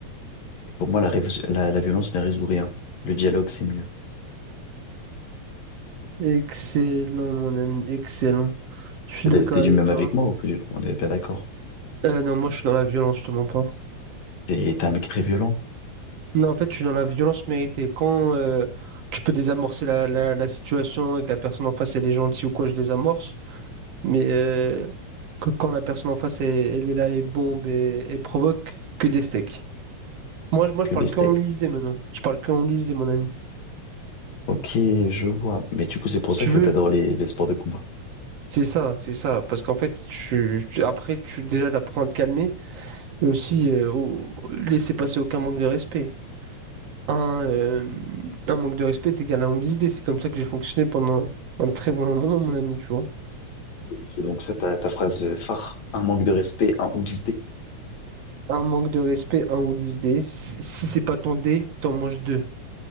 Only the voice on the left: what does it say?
Et pour moi, la, révo- la, la violence ne résout rien. Le dialogue, c'est mieux.
T'es
t'es
du même
avec moi ou pas du- On est bien d'accord.
T'es t'es un mec très violent
que
des
steaks.
Ok, je vois. Mais du coup, c'est pour
ça que
t'adores les, les sports de combat.
C'est donc ça ta, ta phrase phare, un manque de respect, un ou dix dés.